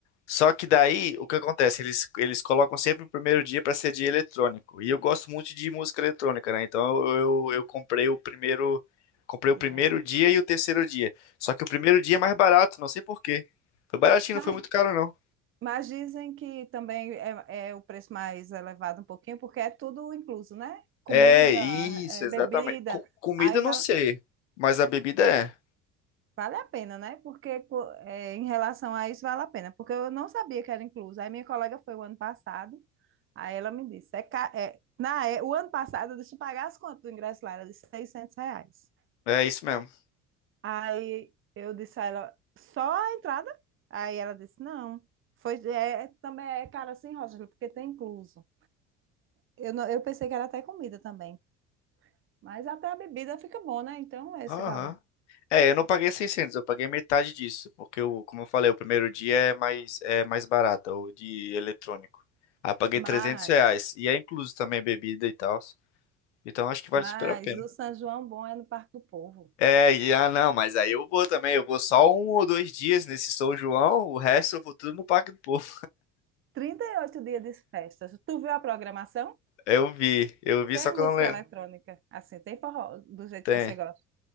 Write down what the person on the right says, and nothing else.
Dia.
Mas
Mas dizem que também é, é o preço mais elevado um pouquinho, porque é tudo incluso, né? Comida,
é,
bebida,
aí
vale,
vale a pena, né? Porque co- é, em relação a isso vale a pena, porque eu não sabia que era incluso. Aí minha colega foi o ano passado, aí ela me disse, é, ca- é, na, é, o ano passado deixa eu pagar as contas do ingresso lá, era de 600 reais.
Aí eu disse a ela, só a entrada? Aí ela disse, não, foi, é, também é caro assim, Rosângela, porque tem incluso. Eu, não- eu pensei que era até comida também, mas até a bebida fica bom, né? Então é esse
valor.
Mas,
mas
o São João bom é no Parque do Povo.
38 dias de festas. Tu viu a programação?
Tem
música
eletrônica, assim, tem forró, do jeito
que você gosta.